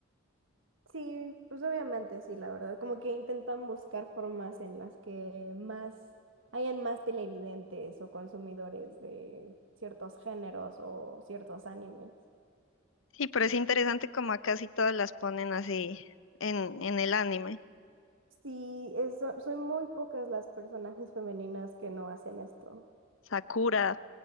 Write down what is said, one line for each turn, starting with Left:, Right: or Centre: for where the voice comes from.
Right: Sí, pues obviamente sí, la verdad. Como que intentan buscar formas en las que más hayan más televidentes o consumidores de ciertos géneros o ciertos animes.
Left: Sí, pero es interesante como a casi todas las ponen así en, en el anime.
Right: Sí, es- so- son muy pocas las personajes femeninas que no hacen esto.
Left: Sakura